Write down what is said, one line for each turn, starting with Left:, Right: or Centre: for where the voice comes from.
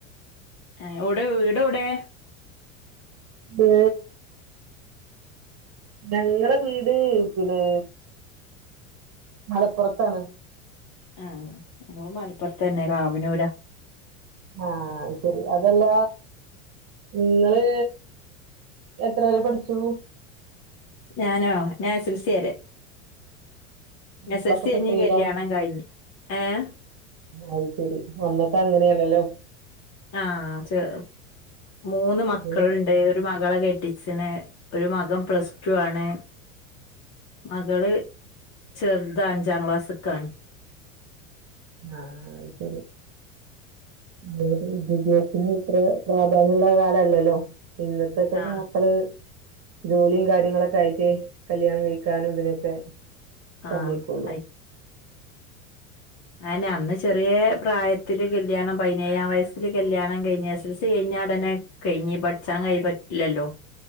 Left: ആ വിടെ വീടെ വിടെ
Right: ഏ ഞങ്ങളെ വീട് പിന്നെ മലപ്പുറത്താണ്.
Left: ആ നമ്മ മല അപ്പറത്തന്നെ കാവന്നൂരാ
Right: ആ ശരി അതല്ല നിങ്ങള് എത്ര വരെ പഠിച്ചു
Left: ഞാനോ ഞാൻ എസ് എൽ സി വരെ
Right: മക്കളൊക്കെ
Left: എസ് എൽ സി
Right: പ്പ
Left: കഴിഞ്ഞ്
Right: എത്രയിലാ
Left: കല്യാണം കഴിഞ്ഞ് ഏഹ്
Right: അത് ശരി <unintelligible> അങ്ങനെയല്ലല്ലോ
Left: ആഹ് ച മൂന്ന് മക്കളുണ്ട്
Right: ആഹ്
Left: ഒരു മകളെ കെട്ടി <unintelligible> ഒരു മകം പ്ലസ് ടു ആണ് മകള് ചെറുതാ അഞ്ചാം ക്ലാസ്സ്ക്കാണ്
Right: ആ അത് ശരി <unintelligible> വിദ്യാഭ്യാസത്തിന് ഇത്ര പ്രാധാന്യം ഉള്ള കാലല്ലല്ലോ ഇന്നത്തേക്ക
Left: ആഹ്
Right: മോക്കള് ജോലിയും കാര്യങ്ങളൊക്കെ ആയിട്ട് കല്യാണം കഴിക്കാനും ഇതിനൊക്കെ സമ്മയിക്കുള്ളൂ
Left: ആഹ് അയ് ഞാന് അന്ന് ചെറിയ പ്രായത്തില് കല്യാണം പതിനേഴാം വയസ്സില് കല്ല്യാണം കഴിഞ്ഞ എസ്. എൽ. സി കഴിഞ്ഞ ഉടനെ കഴിഞ്ഞു പഠിച്ചാൻ കഴ് പറ്റില്ലല്ലോ